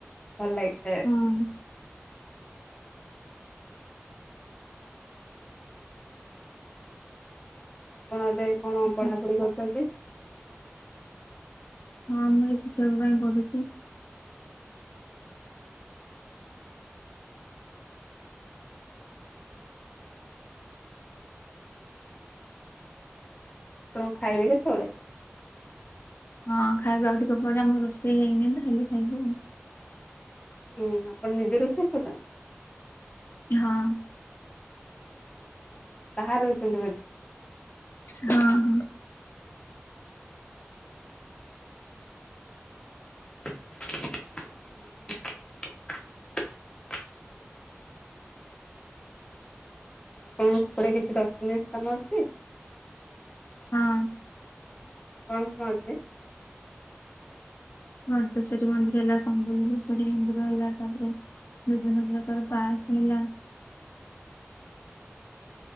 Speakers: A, on the left; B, on the left.
A: ଭଲ ଲାଗେ ଖାଇବାକୁ।
B: ହଁ। ଓହୋ।
A: ଆଉ ଆପଣ ଏବେ କଣ ପଢାପଢି
B: ହଁ
A: କରିୁଛନ୍ତି?
B: ହଁ ମୁଁ ଏ ଶିକ୍ଷକ ପାଇଁ ପଢୁଛି।
A: ଆପଣ ଖାଇବେ କେତେବେଳେ?
B: ହଁ ଖାଇବୁ ଆଉ ଟିକେ ପରେ ଆମର ରୋଷେଇ ହେଇନି ତ ହେଲେ ଖାଇବୁ ଆଉ।
A: ହୁଁ ଆପଣ ନିଜେ ରୋଷେଇ କରୁଛନ?
B: ହଁ।
A: ଓହୋ ବାହାରେ ରହୁଛନ୍ତି ବୋଧେ?
B: ହଁ ହଁ।
A: ଓ ହ। ଆଉ ଅପଣଙ୍କ ସେପଟେ କିଛି ଦର୍ଶନୀୟ ସ୍ଥାନ ଅଛି?
B: ହଁ।
A: କଣ କଣ ଅଛି?
B: ଘଣ୍ଟେଶ୍ୱରୀ ମନ୍ଦିର ହେଲା, ସମ୍ବେଲଶ୍ବରୀ ମନ୍ଦିର ହେଲା। ତାପରେ ଯୋଉଦିନ ଝିଅ ତାର ପାସ୍ ହେଲା।
A: <inaudible>